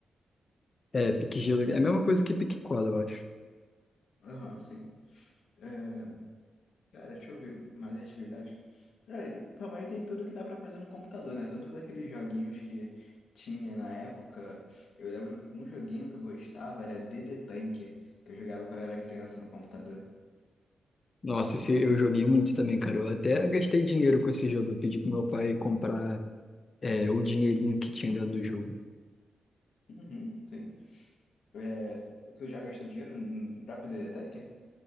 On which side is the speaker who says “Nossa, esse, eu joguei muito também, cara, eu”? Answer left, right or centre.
Left